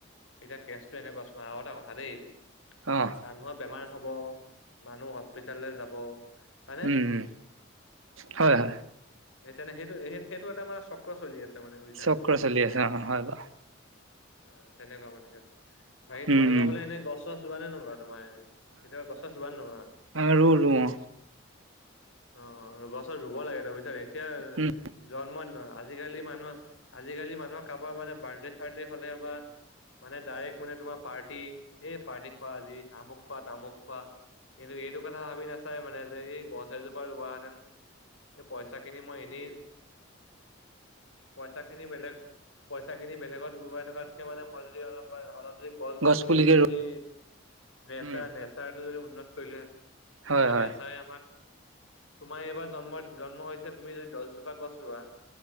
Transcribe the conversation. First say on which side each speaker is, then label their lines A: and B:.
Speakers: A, on the left; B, on the right.
A: এতিয়া কেচটো এনেকুৱা চোৱা আৰু এটা কথা দেই
B: অ',।
A: মানুহৰ বেমাৰ হব মানুহ হস্পিতাললৈ যাব। হয়নে
B: উম উম হয় হয়।
A: এতিয়াটো সেইটো সেই সেইটো এটা মানে চক্ৰ চলি আছে মানে বুজিছা
B: চক্ৰ
A: নাই
B: চলি আছে অ হয় বাৰু
A: অ তেনেকুৱা মানে বাকী তোমালোকৰ
B: উম উম
A: ফালে এনেই গছ চছ ৰোৱা নে নোৰোৱা তোমাৰ এনে কেতিয়াবা গছ-চছ ৰোৱান নোৰোৱা?
B: আ ৰোও ৰোও অ।
A: অ, গছ-চছ ৰোব লাগে তুমি বুইছানে। এতিয়া
B: উম
A: জন্মদিনত আজিকালি মানুহ আজিকালি মানুহৰ কাৰোবাৰ মানে বাৰ্থডে-চাৰ্থডে হ'লে বা মানে ডাইৰেক্ট মানে তোমাৰ পাৰ্টি এই পাৰ্টি খোৱা আজি আমুক খোৱা, তামুক খোৱা কিন্তু এইটো কথা ভাবি নাচাই মানে যে এই গছ এজোপা ৰুৱাহেঁতেন। এই পইচাখিনি মই এনেই পইচাখিনি বেলেগ পইচাখিনি বেলেগত উৰুৱাই থকাতচে মানে মই যদি অলপ বা অলপ যদি গছ-গছনি
B: গছ পুলিকে
A: ৰুই
B: ৰু
A: যদি নেচাৰ
B: উম
A: নেচাৰটো যদি উন্নত কৰিলোহেঁতেন।
B: হয়
A: এ
B: হয়
A: নেচাৰে আমাক তোমাৰ এইবাৰ জন্মত জন্ম হৈছে তুমি যদি দচজোপা গছ ৰোৱা